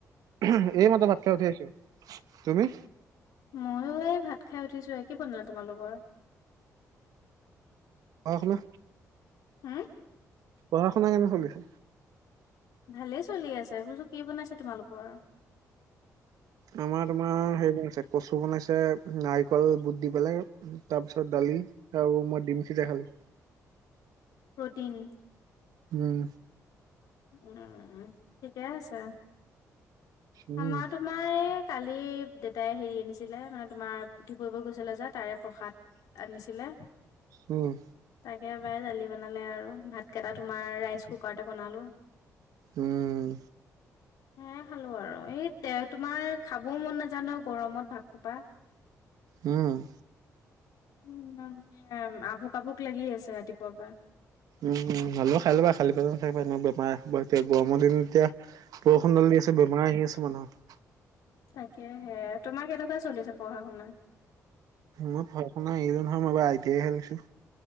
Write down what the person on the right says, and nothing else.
এই মাত্ৰ ভাত খাই উঠি আহিছোঁ। তুমি?
অ' শুনা।
পঢ়া শুনা কেনে চলিছে?
আমাৰ তোমাৰ হেৰি বনাইছে কচু বনাইছে নাৰিকল বুট দি পেলাই তাৰ পিছত দালি আৰু মই ডিমখিতে খালো
উম
উম
উম
উম
উম
উম হলেও খাই ল'বা খালি পেটত নাথাকিবা এনেও বেমাৰ এতিয়া গৰমৰ দিনত এতিয়া বৰষুণ ধালি আছে বেমাৰ আহি আছে মানুহৰ
মই পঢ়া শুনা এৰিলোঁ নহয় মই বাৰ আই টি আই হে লৈছোঁ।